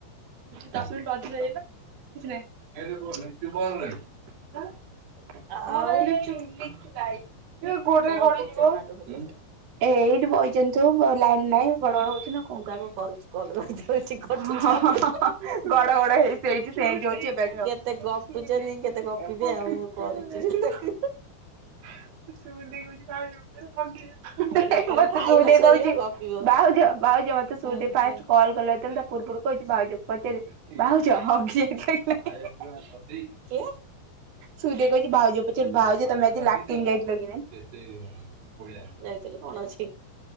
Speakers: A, on the right; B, on the right.
A: ଦଶ ମିନିଟରୁ ଅଧିକ ହେଇଗଲେ କିଛି ନାଁଇ। ଆଁ
B: ଆଉ
A: ହଁ ବା ଏଇ ଲିଚୁ ଲିଚୁ ଲାଇଟ୍। ଏବା
B: କଣ
A: ଗୋଡୋରେ
B: କରୁଛନ୍ତି ନାଲୁ
A: ଗଳି
B: ହେରିକା ସବୁ?
A: ଯିବ। ନା କଁ କରିବା
B: ମୁଁ ତାକୁ
A: ହଁ
B: କରୁଛି କଲ୍ ରହିଥାଉଛି
A: ହଁ
B: କଟି
A: ହଁ
B: ଯାଉ
A: ହଁ ଗଡ ଗଡ ହେଇ।
B: କେତେ ଗପୁଛନ୍ତି
A: ସେଇଠି
B: କେତେ ଗପିବେ
A: ସେନ୍ତୀ
B: ଆଉ ମୁଁ କରୁଛି
A: ହୋଉଚି
B: ରେ ତାକୁ
A: <unintelligible> ସୁଇଟି ଦେଇ କୋହୁଚି ଭାଉଜ <unintelligible> ହଗି ହେବି।
B: ଖାଲି ଖାଇବ
A: ତେ ସୁଇଟି ଦେଇ
B: ଶୋଇବ
A: କହିଚି
B: ଗପିବ
A: ବାହୁଜ ଭାଉଜ ମତେ
B: ହଁ
A: ସୁଇଟି ଦେଇ ଫାର୍ଷ୍ଟ
B: ହଁ
A: କ କଲ୍ କଲା ଯେତୋବେଳେ ତା ପୁର୍ବୁରୁ କହିଚି ଭାଉଜ କୁ ପଚାରେ ଭାଉଜ ହଗି। <unintelligible> <unintelligible>
B: କିଏ।
A: ସୁଇଟ ଦେଇ କହିଚି ଭାଉଜକୁ ପଚାରିବୁ ଭାଉଜ ତମେ ଆଜି ଲାଟିନ ଯାଇ ଥିଲ କି ନାଇଁ। କେତେ <unintelligible>
B: ଚାରିଲେ କଣ ଅଛି?